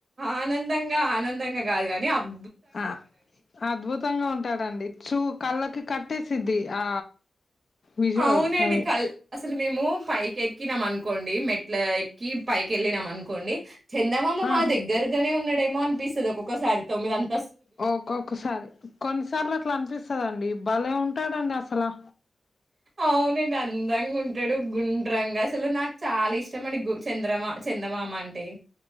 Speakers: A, on the right; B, on the left.
A: ఆనందంగా ఆనందంగా కాదు గాని అబ్
B: ఆ అద్భుతంగా ఉంటాడండి చూ కళ్ళకి కట్ ట్టే సిద్ధి ఆ విజువల్
A: అవునండి
B: అది
A: కల్ అస్ అసలు మేము పైక్ ఎక్కినం అన్కోండి మెట్లా ఎక్కి పైకి ఎళ్ళినం అనుకోండి చందమామ మా
B: ఆ.
A: దెగ్గరగనే ఉన్నట్ డెమో అనిపిస్తది ఒక్కొక్కసారి తొమ్మిద్ అంత్
B: ఓక్కొక్కసారి కొన్నిసార్లు అట్ల అనిపిస్తదండి బలే ఉంట్ టడండి అసలా
A: అవునండి అందంగ్ ఉంటడు గుండ్రంగ అస్సలు నాకు చాలా ఇష్టం అండి గు చంద్రమ చందమామ అంటే